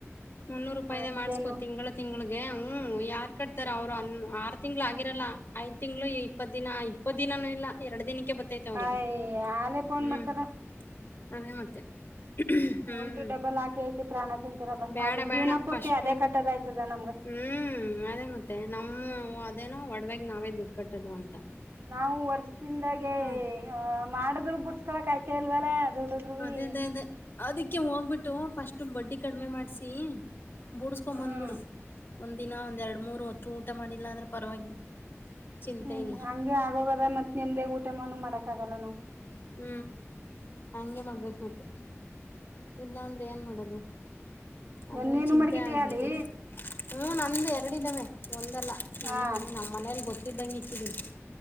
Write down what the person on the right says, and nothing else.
ಅಷ್ಟೇನು
ಆಯ್ ಯಾಲೇ ಫೋನ್
ಮಾಡ್ತಾರ
ಒಂಟು ಡಬ್ಬಲ್ ಹಾಕಿ ಹಾಕಿ ಪ್ರಾಣ ತಿಂತಾರಬ್ಬ
ಅದು ಜೀವನ
ಪೂರ್ತಿ
ಅದೇ ಕಟ್ಟೋದಾಯ್ತದ ನಮ್ಗ
ನಾವು <inaudible> ಜಿಂದಾಗೆ
ಮಾಡಿದ್ರು ಬಸ್ಕೋಲಾತ್ತಿಲ್ಲ. ಮತ್ತೇಲ್ವಲ ದುಡ್ಡದ್ವಿ.
ಹ್ಮ್
ಹ್ಮ್
ಹಂಗೆ ಆಗೋಗದ ಮತ್ ನಿಮ್ದೇ ಊಟ ಮಣ್ಣು ಮಾಡಕ್ ಆಗಕ <unintelligible>
ಹ್ಮ್
ಎ ನೀನು
ಮಡಗಿದೀಯ
ಅಲ್ಲಿ
ಹಾ